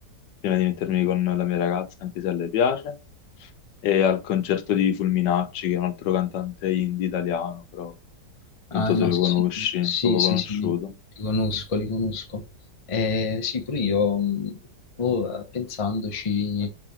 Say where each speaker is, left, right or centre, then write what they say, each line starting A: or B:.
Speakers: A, on the left (about 80°); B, on the left (about 40°).
A: prima di mettermi con la mia ragazza, anche se a lei piace, e al concerto di Fulminacci, che è un altro cantante indie italiano, però non
B: Ah,
A: so
B: no,
A: se lo
B: sì,
A: conosci,
B: sì,
A: poco
B: sì,
A: conosciuto.
B: sì, li, li conosco, li conosco. Eh, sì, pure io, mh, boh, eh, pensandoci,